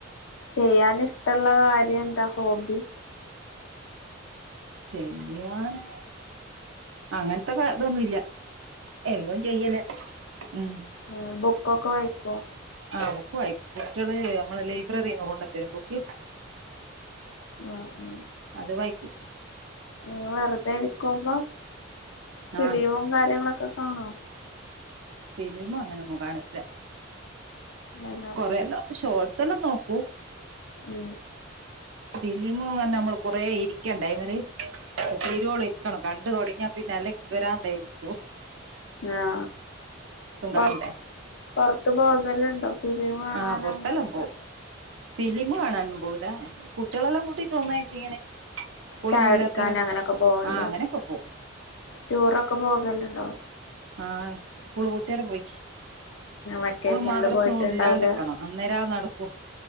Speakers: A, on the left; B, on the right.
A: ചെയ്യാൻ ഇഷ്ട്ടൊള്ള കാര്യന്താ ഹോബി
B: ചെയ്യാന് അങ്ങനത്തെ കാ തൊന്നുല്ല്യ എല്ലോം ചെയ്യല ഉം
A: ആഹ് ബുക്കൊക്കെ വായിക്കോ
B: ആഹ് ബുക്ക് വായിക്കും കുട്ടിയള് നമ്മളെ ലൈബ്രറിന്ന് കൊണ്ടത്തരും ബുക്ക്
A: ആഹ് ആഹ്
B: അത് വായിക്കും
A: ങ്ങള് വെറുതെ ഇരിക്കുമ്പോ ഫിലീമും
B: ആ
A: കാര്യങ്ങളൊക്കെ കാണോ
B: ഫിലീമും അങ്ങനൊന്നും കാണില്ല
A: വെള്ളം
B: കൊറെല്ലാം ഷോർട്സ് എല്ലാം നോക്കും
A: മ്
B: ഫിലിമ്ന്ന് പറഞ്ഞ നമ്മള് കൊറെ ഇരിക്കണ്ടേയിമില് തിരുവോളം ഇരിക്കണം കണ്ടു തൊടങ്ങിയാ പിന്നെ അല്ലെങ്കി പിരാന്തായി പോവും
A: ആ പൊർ
B: കാണണ്ടേ
A: പൊറത്ത് പോകലുണ്ടോ ഫിലിം കാണാന്
B: ആഹ് പൊറത്തെല്ലാം
A: അങ്ങനെയൊക്കെ
B: പോവും ഫിലീമ് കാണാനൊന്നും പോവില്ല കുട്ടികളെല്ലാം കൂട്ടിട്ട് ഒന്നായിട്ടിങ്ങനെ സ്കൂളൊന്നും
A: ചായ കുടിക്കാൻ
B: ഇല്ലാത്തെരോ
A: അങ്ങനൊക്കെ പോവല്
B: ആ അങ്ങനോക്കെ പോവും
A: ടൂറൊക്കെ പോകലുണ്ടോ
B: ആഹ് സ്കൂള് പൂട്ടിയെരെ പോയിക്ക്
A: വെക്കേഷനിൽ
B: സ്കൂളും മദ്രസും
A: പോയിട്ടുണ്ടാവൂലേ
B: ഇല്ലാണ്ട്ക്കണം അന്നേര നടക്കൂ